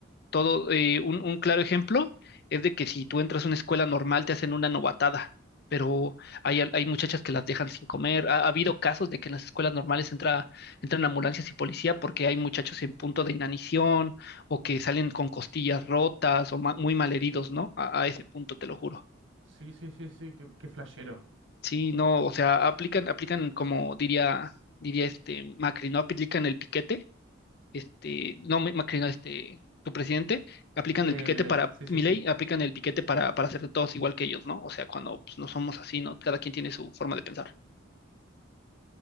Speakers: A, on the left; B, on the right.
A: Todo, eh, un, un claro ejemplo es de que si tú entras a una escuela normal te hacen una novatada, pero hay, al- hay muchachas que las dejan sin comer. Ha, ha habido casos de que en las escuelas normales entra, entran ambulancias y policía porque hay muchachos en punto de inanición o que salen con costillas rotas o ma- muy malheridos, ¿no? A, a ese punto te lo juro.
B: Sí, sí, sí, sí, qué, qué flashero.
A: Sí, no, o sea, aplican, aplican como diría, diría este Macri, ¿no? Aplican el piquete este, no, Ma- Macri no, este, tu presidente, aplican
B: Eh,
A: el piquete
B: Milei,
A: para,
B: sí, sí,
A: ley
B: sí.
A: aplican el piquete para, para hacer de todos igual que ellos, ¿no? O sea, cuando pues, no somos así, ¿no? Cada quien tiene su forma de pensar.